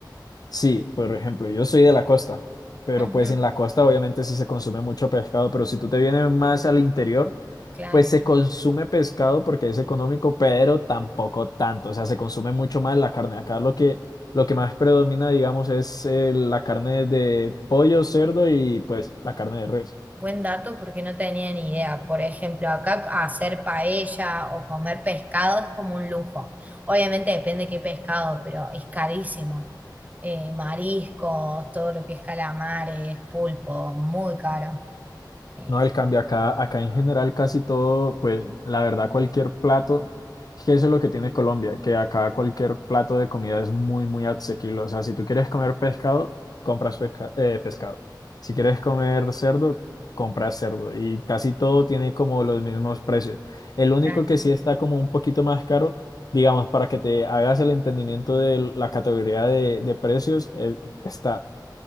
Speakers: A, on the left; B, on the right.
A: Sí, por ejemplo, yo soy de la costa, pero
B: Ujú,
A: pues en la costa obviamente sí se consume mucho pescado, pero si tú te vienes más al interior,
B: claro.
A: pues se consume pescado porque es económico, pero tampoco tanto, o sea, se consume mucho más la carne. Acá lo que, lo que más predomina, digamos, es eh, la carne de pollo, cerdo y pues la carne de res.
B: Buen dato porque no tenía ni idea. Por ejemplo, acá hacer paella o comer pescado es como un lujo. Obviamente depende de qué pescado, pero es carísimo. Eh, mariscos, todo lo que es calamares, pulpo, muy caro. Eh,
A: No, el cambio acá, acá en general casi todo, pues la verdad cualquier plato, es que eso es lo que tiene Colombia, que acá cualquier plato de comida es muy, muy asequible. O sea, si tú quieres comer pescado, compras pesca- eh, pescado. Si quieres comer cerdo, compras cerdo. Y casi todo tiene como los mismos precios. El único
B: claro,
A: que sí está como un poquito más caro, digamos, para que te hagas el entendimiento de la categoría de, de precios, eh, está